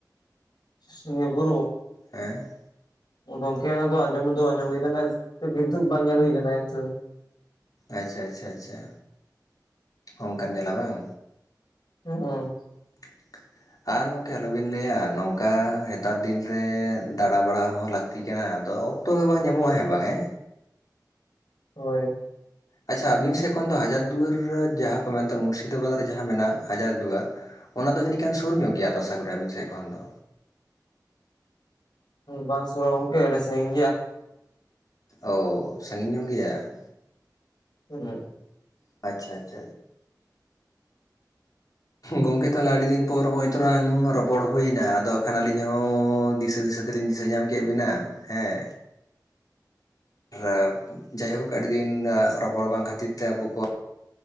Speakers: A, on the left; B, on the left.
A: ᱥᱩᱥᱩᱱᱤᱭᱟᱹ ᱵᱩᱨᱩ᱾
B: ᱦᱮᱸ,
A: ᱜᱚᱝᱠᱮ ᱚᱱᱟ ᱫᱚ ᱟᱸᱡᱚᱢ ᱫᱚ ᱟᱸᱡᱚᱢ ᱦᱩᱭ ᱠᱟᱱᱟ ᱠᱤᱱᱛᱩ ᱵᱟᱝ ᱧᱮᱞ ᱦᱩᱭ ᱠᱟᱱᱟ ᱦᱮᱸᱥᱮ᱾
B: ᱟᱪᱪᱷᱟ ᱟᱪᱪᱷᱟ ᱟᱪᱪᱷᱟ ᱚᱱᱠᱟᱱ ᱡᱟᱞᱟ ᱵᱟᱝ,
A: <unintelligible>
B: <unintelligible> ᱟᱨ ᱜᱚᱝᱠᱮ ᱟᱞᱚ ᱵᱤᱱ ᱞᱟᱹᱭᱟ ᱱᱚᱝᱠᱟ ᱱᱮᱛᱟᱨ ᱫᱤᱱ ᱨᱮ ᱫᱟᱬᱟ ᱵᱟᱲᱟ ᱦᱚᱸ ᱞᱟᱹᱠ ᱛᱤ ᱠᱟᱱᱟ ᱟᱫᱚ ᱚᱠᱛᱚ ᱜᱮ ᱵᱟᱝ ᱧᱟᱢᱚᱜ-ᱟ ᱦᱮᱸ ᱵᱟᱝ ᱦᱮ,
A: ᱦᱳᱭ,
B: ᱟᱪᱪᱷᱟ ᱟᱹᱵᱤᱱ ᱥᱮᱫ ᱠᱷᱚᱱ ᱫᱚ ᱦᱟᱡᱟᱨ ᱫᱩᱣᱟᱹᱨ ᱡᱟᱦᱟᱸ ᱠᱚ ᱢᱮᱛᱟᱜ ᱢᱩᱨᱥᱤᱫᱟᱵᱟᱫᱽ ᱨᱮ ᱡᱟᱦᱟᱸ ᱢᱮᱱᱟᱜ-ᱟ ᱦᱟᱡᱟᱨ ᱫᱩᱣᱟᱨ᱾ ᱚᱱᱟ ᱫᱚ ᱡᱟᱱᱤᱡ ᱠᱷᱟᱱ ᱥᱩᱨ ᱧᱚᱜ ᱜᱮᱭᱟ ᱛᱚ ᱟᱥᱟ ᱠᱚᱨᱮ ᱟᱹᱵᱤᱱ ᱥᱮᱫ ᱠᱷᱚᱱ ᱫᱚ᱾
A: ᱵᱟᱝ ᱥᱩᱨᱟ ᱜᱚᱝᱠᱮ ᱟᱹᱰᱤ ᱥᱟᱹᱜᱤᱧ ᱜᱮᱭᱟ ᱾
B: ᱚ ᱥᱟᱺᱜᱤᱧ ᱧᱚᱜ ᱜᱮᱭᱟ ᱾
A: <unintelligible>
B: ᱟᱪᱪᱷᱟ ᱟᱪᱪᱷᱟ ᱜᱚᱝᱠᱮ ᱛᱟᱦᱚᱞᱮ ᱟᱹᱰᱤ ᱫᱤᱱ ᱯᱚᱨ ᱦᱚᱸᱜ-ᱚᱭ ᱛᱚᱲᱟᱝ ᱨᱚᱯᱚᱲ ᱦᱩᱭ ᱮᱱᱟ ᱟᱫᱚ ᱠᱷᱟᱱ ᱟᱹᱞᱤᱧ ᱦᱚᱸ ᱫᱤᱥᱟᱹ ᱫᱤᱥᱟᱹ ᱟᱞᱤᱧ ᱫᱤᱥᱟᱹ ᱧᱟᱢ ᱠᱮᱫ ᱵᱤᱱᱟ ᱦᱮᱸ ᱾ ᱟᱨ ᱡᱟᱭᱦᱳᱠ ᱟᱹᱰᱤ ᱫᱤᱱ ᱨᱚᱯᱚᱲ ᱵᱟᱝ ᱠᱷᱟᱹᱛᱤᱨ ᱛᱮ ᱟᱵᱚ ᱠᱚ